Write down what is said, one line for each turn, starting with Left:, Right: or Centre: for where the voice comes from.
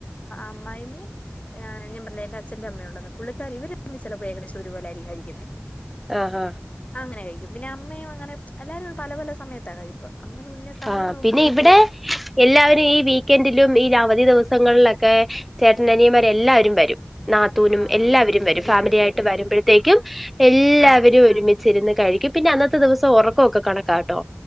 Left: അമ്മായിമ്മിം ആഹ് ഞാൻ പറഞ്ഞില്ലേ എന്റെ അച്ഛന്റെ അമ്മയണ്ടന്ന് പുള്ളിക്കാരി ഇവര് ചെലപ്പോ ഏകദേശം ഒരു പോലൊയിരിക്കും കഴിക്കുന്നെ
Centre: അഹ് അഹ്
Left: അങ്ങനെ കഴിക്കും പിന്നെ അമ്മയും അങ്ങനെ എല്ലാരും പല പല സമയത്താ കഴിപ്പ് അങ്ങനെ സമയം
Centre: ആഹ്
Left: നോക്കിയിരുന്നൊരു
Centre: പിന്നെ ഇവിടെ എല്ലാവരും ഈ വീക്കെൻഡിലും ഈ അവധി ദിവസങ്ങളിലൊക്കെ ചേട്ടന അനിയമാരെ എല്ലാവരും വരും നാത്തൂനും
Left: ആഹ്
Centre: എല്ലാവരും വരും
Left: എല്ലാരും
Centre: ഫാമിലി ആായിട്ട്
Left: വരും
Centre: വരുമ്പോഴത്തേക്കും എല്ലാവരും
Left: ആഹ്
Centre: ഒരുമി ചിരുന്ന് കഴിക്കും പിന്നെ അന്നത്തെ ദിവസം ഒറക്കൊക്കെ കണക്കാട്ടോ